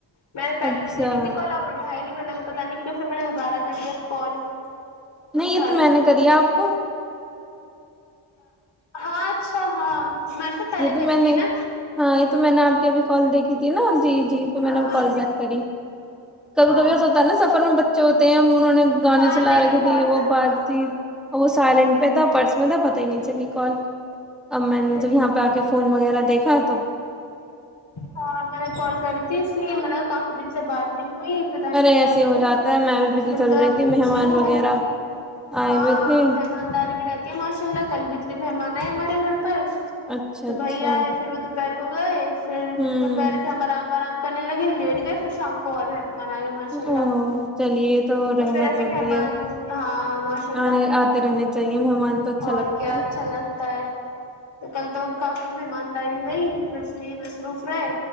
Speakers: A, on the left; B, in the centre.
A: میں نے پہلے
B: اچھا
A: بھی کرائی تھی کل اپنے اٹھایا ہی نہی کو پتا نہیں کیوں پھر میں نے دوبارہ کری ہیں کال تم
B: نہیں
A: اٹھا
B: یہ تو
A: لیجیے
B: میں نے کری ہیں آپ کو
A: ہاں اچھا ہاں میں نے پہلے
B: یہ تو
A: کری
B: میں
A: تھی
B: نے
A: نا
B: ہاں یہ تو میں نے آپ کی ابھی کال دیکھی تھی نا جی جی تو میں
A: ہاں
B: نے وہ کال بیک کری کبھی
A: ہاں
B: کبھی ایسا ہوتا نا سفر میں بچے ہو انہوں نے گانے
A: ہاں
B: چلا
A: نہیں اٹھ
B: رکھی
A: پاتا
B: تھے یہ وہ
A: ہاں
B: بات چیت وہ سائلنٹ پہ تھا پرس میں تھا پتہ ہی نہیں چلی کال اور مہینے
A: چلیے
B: جب یہاں پی
A: چلیے
B: آ کے فون وغیرہ دیکھ <unintelligible>
A: ہاں میں نے کال کری تھی اس لیے میں نے کافی دن سے بات نہیں وہی پتہ نہیں
B: ارے
A: کیا
B: ایسے ہی
A: ہو
B: جاتا
A: مہینے
B: ہے میں بھی بزی چل
A: کہاں
B: رہی تھی
A: پوچھ
B: مہمان
A: لوں
B: وغیرہ آئے
A: ہاں
B: ہوئے تھے
A: مہمانداری بھی رہتی ہے ماشاء اللہ کل بھی اتنے مہمان آئے ہمارے گھر پر
B: اچھا
A: تو
B: اچھا
A: بھائی آئے پھر وہ دوپہر کوئے ہیں پھر
B: ہوں
A: دوپہر سے ہم آرام آرام کرنے لگے لیٹ گئے پھر شام کو اور میں ماں آئے ماشاء
B: او
A: اللہ
B: چلیے
A: تو
B: رحمت
A: پھر ایسے
B: ہوتی
A: ممان
B: ہے
A: ہاں ماشاء اللہ
B: آنے آتے رہنے چاہیے مہمان تو اچھا
A: اور
B: لگتا
A: کیا
B: ہے
A: اچھا لگتا ہے تو کل تو کاف مہمانداری نہیں پھر اس میں ہی مصروف رہے